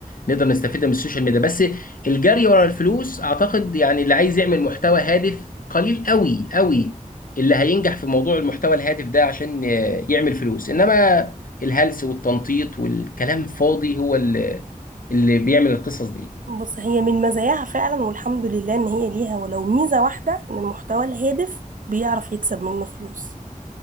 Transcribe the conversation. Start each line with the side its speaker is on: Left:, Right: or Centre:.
Left: نقدر نستفيد من السوشيال ميديا بس الجري ورا الفلوس اعتقد يعني اللي عايز يعمل محتوى هادف قليل قوي قوي اللي هينجح في موضوع المحتوى الهادف ده عشان آه، يعمل فلوس انما الهلس والتنطيط والكلام فاضي هو اللي اللي بيعمل القصص دي
Right: بص هي من مزاياها فعلا والحمد لله ان هي ليها ولو ميزه واحده ان المحتوى الهادف بيعرف يكسب منه فلوس